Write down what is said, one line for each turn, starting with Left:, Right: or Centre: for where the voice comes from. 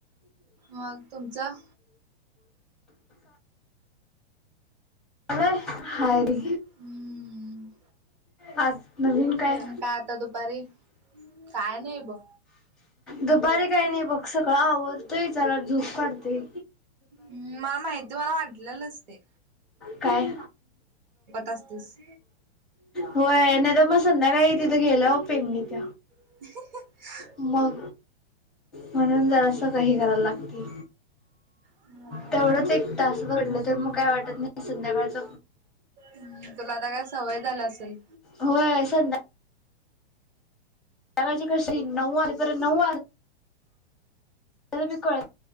Right: मग तुमचं
Centre: ह हरी
Right: हम्म
Centre: आज नवीन काय
Right: मग आता दुपारी काय नाही बघ
Centre: दुपारी काही नाही बघ सगळं आवरतय चला झूप काढतेय
Right: हम् मला माहती मला वाटलेलं असते
Centre: काय
Right: असतीस
Centre: होय नाही तर मग संध्याकाळी तिथं गेलं ओपेन तिथ
Right: ह
Centre: मग म्हणून जरा असं काही कराला लागते
Right: हम्म
Centre: तेवढंच एक तास भरडलं तर मग काय वाटत नाही संध्याकाळच
Right: हम् तुला आता काय सवय झाला असेल
Centre: होय संधा त्याची क नऊ नऊ मी कळ